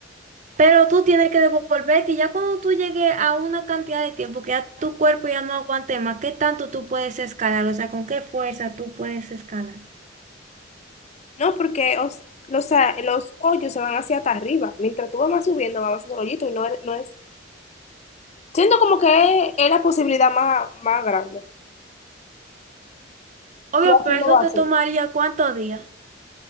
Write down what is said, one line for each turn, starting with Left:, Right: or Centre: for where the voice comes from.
Right: Pero tú tienes que devolverte y ya cuando tú llegues a una cantidad de tiempo que ya tu cuerpo ya no aguante más, ¿qué tanto tú puedes escalar? O sea, ¿con qué fuerza tú puedes escalar?
Left: No, porque os- los, a- los hoyos se van hacia hasta arriba. Mientras tú vas más subiendo, vas haciendo el hoyito y no, eres- no es Siento como que es, es la posibilidad más, más grande.
Right: Obvio,
Left: Tú haciéndolo
Right: pero eso
Left: así.
Right: te tomaría cuántos días.